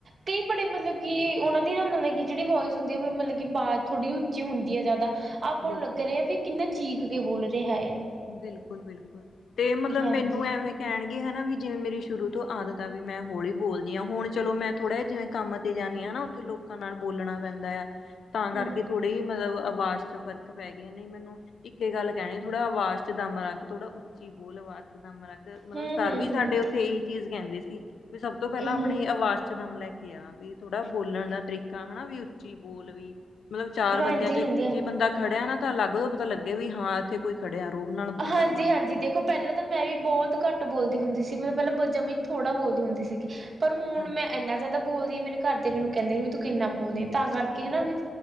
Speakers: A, on the right; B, on the left.
A: ਕਈ ਬੜੇ ਮਤਲਬ ਕਿ ਉਹਨਾਂ ਦੀ ਨਾ ਮਤਲਬ ਕਿ ਜਿਹੜੀ ਵੋਇਸ ਹੁੰਦੀ ਆ ਮਤਲਬ ਕਿ ਆਵਾਜ਼ ਥੋੜ੍ਹੀ ਉੱਚੀ ਹੁੰਦੀ ਐ ਜ਼ਿਆਦਾ ਆਪਾਂ
B: ਬਿਲਕੁਲ,
A: ਨੂੰ ਲੱਗਾ ਰਿਹਾ ਵੀ ਕਿੰਨਾ ਚੀਖ ਕੇ ਬੋਲ ਰਿਹਾ ਆ।
B: ਬਿਲਕੁਲ ਬਿਲਕੁਲ, ਤੇ ਮਤਲਬ
A: ਹਾਂਜੀ
B: ਮੈਨੂੰ ਐਵੇਂ ਕਹਿਣਗੇ ਹਨਾ ਵੀ ਜਿਵੇਂ ਮੇਰੀ ਸ਼ੁਰੂ ਤੋਂ ਆਦਤ ਆ ਵੀ ਮੈਂ ਹੌਲੀ ਬੋਲਦੀ ਆ ਹੁਣ ਚਲੋ ਮੈਂ ਥੋੜ੍ਹਾ ਜਿਹਾ ਜਿਵੇ ਕੰਮ ਤੇ ਜਾਨੀ ਆ ਨਾ ਉੱਥੇ ਲੋਕਾਂ ਨਾਲ ਬੋਲਣਾ ਪੈਂਦਾ ਆ ਤਾਂ ਕਰਕੇ
A: ਹਮ
B: ਥੋੜ੍ਹੀ ਮਤਲਬ ਆਵਾਜ਼ ਚ ਫ਼ਰਕ ਪੈ ਗਿਆ ਨਹੀ ਮੈਨੂੰ ਇੱਕੇ ਗੱਲ ਕਹਿਣੀ ਥੋੜਾ ਆਵਾਜ਼ ਦਮ ਰੱਖ ਥੋੜ੍ਹਾ ਉੱਚੀ ਬੋਲ ਵਾਸਤੇ ਦਮ ਰੱਖ ਮਤਲਬ
A: ਹਮ
B: ਸਰ
A: ਹਮ
B: ਵੀ ਸਾਡੇ
A: ਹਮ
B: ਉੱਥੇ ਚੀਜ਼ ਕਹਿੰਦੇ ਸੀ, ਵੀ ਸਭ ਤੋਂ ਪਹਿਲਾਂ ਆਪਣੇ
A: ਹਮ
B: ਆਵਾਜ਼ ਚ ਦਮ ਲੈ ਕੇ ਕਿਹਾ ਵੀ ਥੋੜਾ ਬੋਲਣ ਦਾ ਤਰੀਕਾ ਹਨਾ ਵੀ ਉੱਚੀ ਬੋਲ ਵੀ। ਮਤਲਬ ਚਾਰ
A: ਹਾਂਜੀ
B: ਬੰਦਿਆਂ ਚ
A: ਹਾਂਜੀ ਹਾਂਜੀ
B: ਜੇ ਬੰਦਾ ਖੜਿਆ ਨਾ ਤਾਂ ਅਲੱਗ ਪਤਾ ਲੱਗੇ ਵੀ ਹਾਂ ਇੱਥੇ ਕੋਈ ਖੜਿਆ। ਰੋਬ ਨਾਲ ਬੋਲਣ
A: ਹਾਂਜੀ-ਹਾਂਜੀ ਦੇਖੋ ਪਹਿਲਾਂ ਤਾਂ ਮੈਂ ਵੀ ਬਹੁਤ ਘੱਟ ਬੋਲਦੀ ਹੁੰਦੀ ਸੀ ਮਤਲਬ ਪਹਿਲਾਂ ਜਮਾ ਈ ਥੋੜ੍ਹਾ ਬੋਲਦੀ ਹੁੰਦੀ ਸੀਗੀ ਪਰ ਹੁਣ
B: ਹਾਂਜੀ
A: ਮੈਂ ਇੰਨਾ ਜ਼ਿਆਦਾ ਬੋਲਦੀ ਆ, ਮੇਰੇ ਘਰ ਤੇ ਮੈਨੂੰ ਕਹਿੰਦੇ ਵੀ ਤੂੰ ਕਿੰਨਾ ਬੋਲਦੀ ਆ ਤਾਂ ਕਰਕੇ ਹਨਾ ਵੀ।